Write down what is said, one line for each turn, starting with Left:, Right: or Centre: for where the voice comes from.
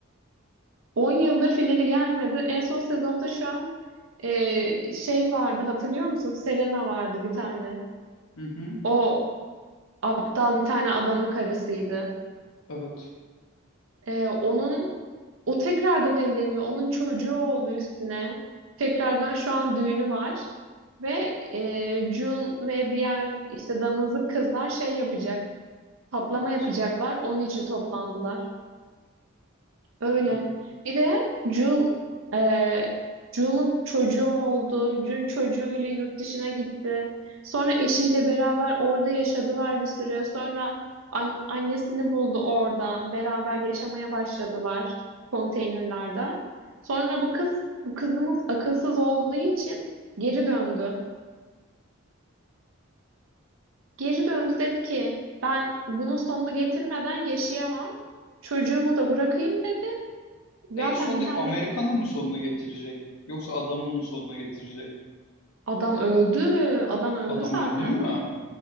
Right: 10 yıldır finali gelmedi. En son sezonda şu an e, şey vardı hatırlıyor musun? Selena vardı bir tane.
Left: Hı hı.
Right: O aptal bir tane adamın karısıydı.
Left: Evet.
Right: E, onun o tekrardan evleniyor. Onun çocuğu oldu üstüne. Tekrardan şu an düğünü var. Ve e, Jun ve diğer işte damızlık kızlar şey yapacak. Patlama
Left: Thomas.
Right: yapacaklar. Onun için toplandılar. Öyle.
Left: Evet.
Right: Bir de Jun, e, Jun'un çocuğu oldu. Jun çocuğuyla yurt dışına gitti. Sonra eşiyle beraber orada yaşadılar bir süre. Sonra an- annesini buldu orada. Beraber yaşamaya başladılar konteynerlarda. Sonra bu kız, bu kızımız akılsız olduğu için geri döndü. Geri döndü dedi ki ben bunun sonunu getirmeden yaşayamam. Çocuğumu da bırakayım dedi. Zaten
Left: Neyin sonu?
Right: bir tane
Left: Amerikan'ın mı sonuna getirecek? Yoksa adamın mı sonuna getirecek?
Right: Adam öldü. Adam öldü
Left: Adam
Right: zaten.
Left: öldü mü?